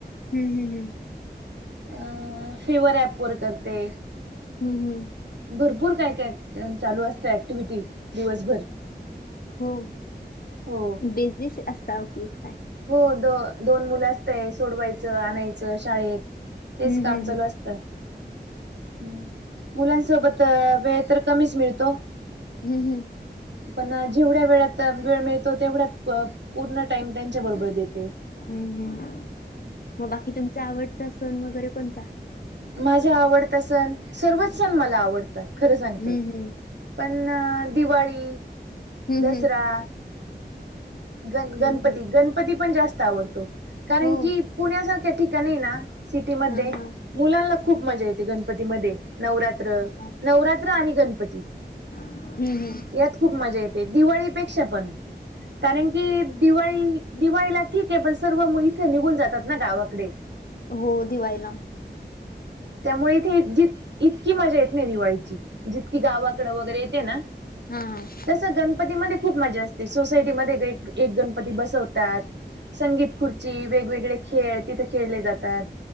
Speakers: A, on the left; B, on the right.
A: हम् हम् हम
B: अ. फिवर ऍप वर करते.
A: हम् हम्म,
B: भरपूर काय काय चालू असतं ऍक्टिव्हटी दिवसभर,
A: हो
B: हो
A: बिझी असता कि काय
B: हो दोन मुलं असतयं सोडवायचं आणायचं शाळेत. तेचं
A: हम्म
B: काम
A: हम्म
B: चालू असतं. ह् मुलांसोबत वेळ तर कमीच मिळतो
A: हम् हम्
B: पण जेवढ्या वेळात वेळ मिळतो तेवढ्या पूर्ण टाइम त्यांच्या बरोबर
A: हम्म
B: देते
A: हम्म मग बाकी तुमचा आवडता सण वगैरे कोणता?
B: माझा आवडता सण सर्वच सण मला आवडतात खरं सांगते.
A: हम्म हम्म
B: पण दिवाळी,
A: हम्म
B: दसरा
A: हम्म.
B: गण
A: हम्म
B: गणपती
A: हम्म
B: गणपती पण जास्त आवडतो कारण
A: हो.
B: की पुण्यासारख्या ठिकाणी ना सिटीमध्ये
A: हा हा
B: मुलांना खूप मजा येते गणपतीमध्ये नवरात्र
A: हा हा.
B: नवरात राणी गणपती.
A: हम्म हम्म.
B: यात खूप मजा येते दिवाळीपेक्षा पण. कारण की दिवाळी दिवाळीला ठीक आहे पण सर्व इथे निघून जातात ना गावाकडे. ह.
A: हो दिवाळीला.
B: त्यामुळे इथे ज इतकी मजा येत नाही दिवाळीची जितकी गावाकडे वगैरे येते ना.
A: हम् हम.
B: तस गणपतीमध्ये खूप मजा असते सोसायटीमध्ये एक गणपती बसवतात. संगीत खुर्ची वेगवेगळे खेळ तिथे खेळले जातात.